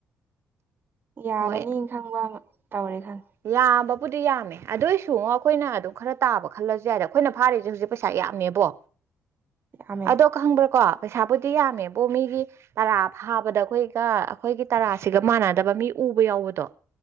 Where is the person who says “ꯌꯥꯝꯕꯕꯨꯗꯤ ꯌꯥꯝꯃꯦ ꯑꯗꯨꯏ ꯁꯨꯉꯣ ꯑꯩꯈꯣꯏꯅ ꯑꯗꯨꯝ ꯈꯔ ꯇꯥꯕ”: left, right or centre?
Right